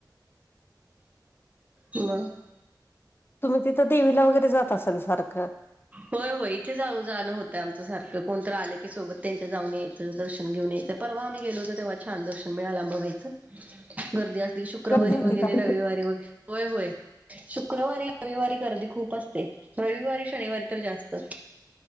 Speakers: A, on the right; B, on the left.
A: म
B: तुम्ही तिथं देवीला वगरे जात असाल सारखं.
A: होय होय इथे जाऊ जाणं होतंय आमचं सारखं. कोणतरी आलं की सोबत त्यांच्या जाऊन ये दर्शन घेऊन यायचं. परवा आम्ही गेलो होतो तेव्हा छान दर्शन मिळालं आमाला इथं. गर्दी असली शुक्रवारी
B: गर्दी होती
A: वगरे
B: का
A: रविवारी वगरे होय होय. शुक्रवारी रविवारी गर्दी खूप असते. रविवारी रविवारी तर जास्त,